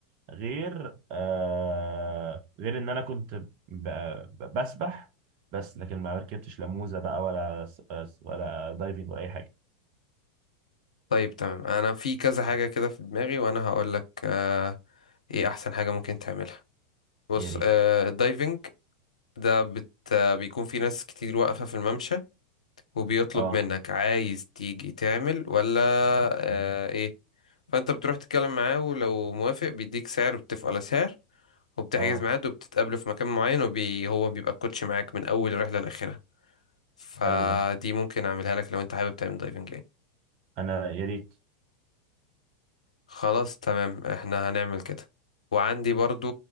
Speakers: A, on the right; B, on the left.
A: غير آه غير ان انا كنت ب- ب- بسبح بس لكن ما ركبتش لا موزه بقى ولا س- ولا دايفنج ولا اي حاجه
B: طيب تمام انا في كذا حاجه كده في دماغي وانا هقول لك آه... ايه احسن حاجه ممكن تعملها بص
A: يا ريت
B: آه... الدايفنج ده بت... آه، بيكون في ناس كتير واقفه في الممشى وبيطلب
A: اه
B: منك عايز تيجي تعمل ولا آه ايه فانت بتروح تتكلم معاه ولو موافق بيديك سعر وبتتفقوا على سعر وبتحجز
A: اه
B: ميعاد وبتتقابلوا في مكان معين وبي هو بيبقى الكوتش معاك من اول الرحله لاخرها فدي
A: حلو ده
B: ممكن اعملها لك لو انت حابب تعمل دايفنج يعني
A: انا يا ريت
B: خلاص تمام احنا هنعمل كده وعندي برضو